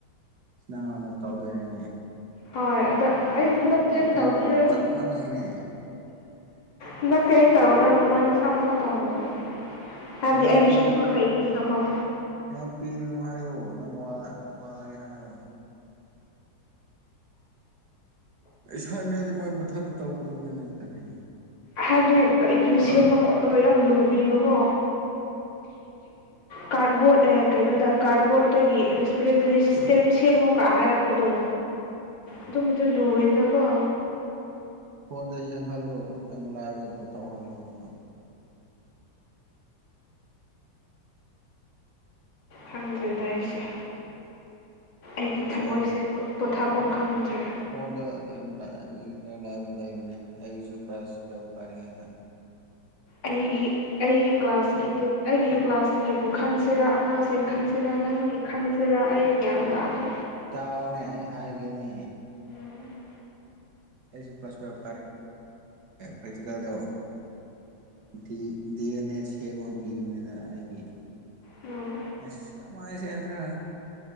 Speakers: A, on the right; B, on the left.
A: ꯏꯁꯅꯥꯡꯅ ꯃꯨꯛꯇ ꯇ ꯍꯗꯣꯏꯅꯅꯦ
B: ꯍꯣꯏ ꯑꯗ ꯑꯩ ꯍꯟꯗꯛꯇꯤ ꯑꯩ
A: ꯄꯤꯕꯒ
B: ꯇꯧꯕꯤꯔ
A: ꯆꯞ ꯃꯥꯟꯅꯩꯅꯦ
B: ꯍꯟꯗꯛꯇꯤ ꯑꯩ ꯇꯧꯔꯔꯣꯏ ꯃꯣꯏ ꯃꯁꯥ ꯃꯁꯥ ꯇꯧꯍꯟꯒꯅꯤ ꯍꯥꯏꯕꯗꯤ
A: ꯌꯥꯝ
B: ꯑꯩꯒꯤꯁꯨ
A: ꯄꯤ
B: ꯊꯕꯛ ꯂꯩꯕꯅꯤꯅꯀꯣ
A: ꯌꯥꯝ ꯄꯤꯔꯨꯅꯨ ꯍꯥꯏꯌꯣ ꯅꯪ ꯋꯥ ꯋꯥꯏ ꯍꯥꯏꯣ ꯑꯦꯁ ꯃ ꯃꯣꯏ ꯃꯊꯟꯇ ꯇꯧꯒꯗꯕꯅꯤꯅꯦ ꯀꯔꯤ
B: ꯍꯥꯏꯕꯗꯤ ꯀꯔꯤ ꯀꯔꯤ ꯁꯦꯝꯕ ꯈꯣꯠꯄꯗꯣ ꯌꯥꯝ ꯂꯨꯕꯤꯕꯀꯣ ꯀꯥꯔꯠꯕꯣꯔꯗ ꯀꯩꯅꯣꯗ ꯀꯥꯔꯠꯕꯣꯔꯠꯇꯒꯤ ꯔꯦꯁꯄꯤꯔꯦꯇꯔꯤ ꯁꯤꯁꯇꯦꯝ ꯁꯦꯝꯃꯣꯀ ꯍꯥꯏꯔꯛꯄꯗꯣ
A: ꯎꯝ
B: ꯑꯗꯨ ꯃꯗ ꯂꯨꯋꯅ ꯀ
A: ꯐꯣꯟꯗ ꯌꯦꯡ ꯍꯜꯂꯣ ꯌꯥꯝ ꯂꯥꯏꯕꯗꯣ ꯇꯧꯍꯜꯂꯣ ꯑꯗꯨꯒ
B: ꯈꯪꯗ꯭ꯔꯦꯗ ꯑꯩꯁꯦ ꯑꯩꯒꯤ
A: ꯑꯁ
B: ꯊꯃꯣꯏꯁꯦꯠ
A: ꯌꯥꯝ
B: ꯄꯣꯊꯥꯐꯝ ꯈꯪꯗ꯭ꯔꯦ
A: ꯐꯣꯟꯗ ꯌꯥꯝ ꯏꯔ ꯂꯥꯏꯕ ꯂꯩꯕꯅꯦ ꯑꯩꯁꯨ ꯀ꯭ꯔꯥꯁꯇ ꯐꯥꯔꯤꯉꯩꯗ
B: ꯑꯩꯒꯤ ꯑꯩꯒꯤ ꯀ꯭ꯂꯥꯁꯀꯤ ꯇ ꯑꯩꯒꯤ ꯀ꯭ꯂꯥꯁꯀꯤꯕꯨ ꯈꯟꯁꯤꯔꯥ ꯑꯉꯥꯡ ꯆꯤꯡꯈꯥꯟꯁꯤꯦꯔꯥ ꯅꯪ ꯈꯤꯈꯥꯟ ꯁꯤꯔ ꯑꯩ ꯒ꯭ꯌꯥꯟ ꯇꯥꯗꯦ
A: ꯇꯥꯎꯅꯦ ꯑꯩ ꯍꯥꯏꯒꯦꯅꯦ
B: ꯎꯝ
A: ꯁ ꯄ꯭ꯂꯁꯨꯔ ꯄꯇꯀꯗꯣ ꯗꯤ ꯗꯤ ꯑꯦꯟ ꯑꯦ ꯁꯦꯝꯃꯟ ꯄꯤꯕꯅꯤꯗ ꯑꯩꯒꯤ
B: ꯎꯝ
A: ꯑꯁ ꯀꯃꯥꯏꯅ ꯁꯦꯝꯗ꯭ꯔ